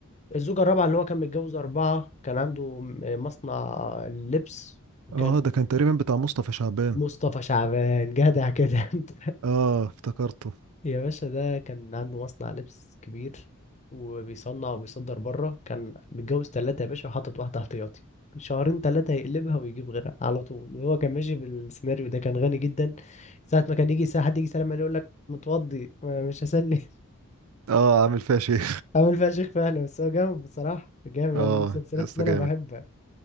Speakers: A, on the left; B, on the right.
A: الزوجه الرابعه اللي هو كان متجوز اربعه كان عنده م- مصنع لبس وكان
B: اه ده كان تقريبا بتاع مصطفى شعبان
A: مصطفى شعبان جدع كده <laughs> انت
B: اه افتكرته
A: يا باشا ده كان عنده مصنع لبس كبير وبيصنع وبيصدر بره كان متجوز تلاتة يا باشا وحاطط واحدة احتياطي شهرين تلاتة يقلبها ويجيب غيرها على طول وهو كان ماشي بالسيناريو ده كان غني جدا ساعة ما كان يجي ساعة حد يجي يسلم عليه يقول لك متوضي ما- مش هسلم
B: اه عامل فيها شيء
A: <laughs> عامل فيها شيخ فعلا بس هو جامد بصراحة جامد يعني
B: اه
A: من المسلسلات
B: يا اسطى
A: اللي أنا
B: جامد
A: بحبها